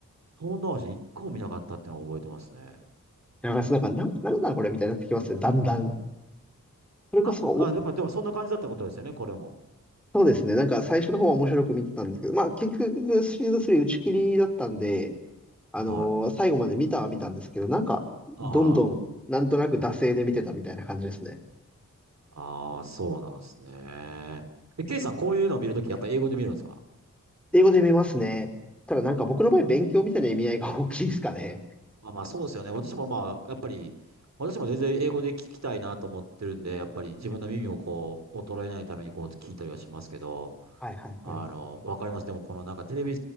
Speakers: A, on the right; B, in the centre.
A: トーンダウンして一個も見なかったっていうのを覚えてますね。
B: いや、なんか、な、なんなんこれみたいになってきますね。だんだん。それこそ
A: なんか、あ、やっぱでもそんな感じだったことですよね、これも。
B: そうですね。なんか最初の方は面白く見てたんですけど、まあ結局シリーズ3打ち切りだったんで、あのー最後まで見たは見たんですけど、
A: はい。
B: なんかどんどんなんとなく惰性で見てたみたいな感じですね。
A: あああ、そうなんですね。え、ケイさん、こういうのを見るとき、やっぱり英語で見るんですか
B: 英語で見ますね。ただなんか僕の場合勉強みたいな意味合いが大きいですかね。
A: うん。まあまあ、そうですよね。私もまあ、やっぱり、私も全然英語で聞きたいなと思ってるんで、やっぱり自分の耳をこう、衰えないためにこう、聞いたりはしますけど、
B: はいはいはい。
A: あの、わかります。でも、このなんかテレビ